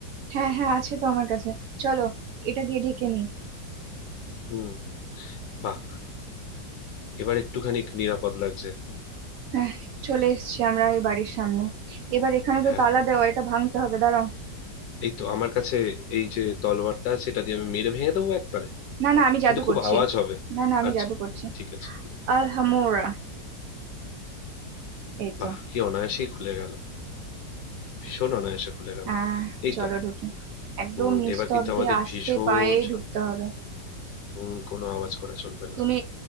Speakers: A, on the right; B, on the left.
A: হ্যাঁ হ্যাঁ আছে তো আমার কাছে চলো এটা দিয়ে ঢেকে নি
B: হুম বাহ এবার একটুখানি নিরাপদ লাগছে
A: হ্যাঁ চলে এসেছি আমরা এই বাড়ির সামনে এবার এখানে তো
B: হ্যাঁ
A: তালা দেওয়া এটা ভাঙতে হবে দাঁড়াও
B: এই তো আমার কাছে এই যে তলোয়ারটা আছে এটা দিয়ে আমি মেরে ভেঙে দেবো একবারে
A: না না আমি জাদু
B: কিন্তু খুব
A: করছি
B: আওয়াজ হবে
A: না না আমি
B: আচ্ছা
A: জাদু করছি
B: ঠিক আছে
A: আল হামোরা এই তো
B: বাহ কি অনায়াসেই খুলে গেল ভীষণ অনায়াসে খুলে গেল
A: আহ
B: এই
A: চলো
B: তো
A: ঢুকি একদম
B: হুম
A: নিস্তব্ধে
B: এবার কিন্তু আমাদের
A: আস্তে
B: ভীষণ
A: পায়ে
B: সাব-
A: ঢুকতে হবে
B: হুম কোনো আওয়াজ করা চলবে না
A: তুমি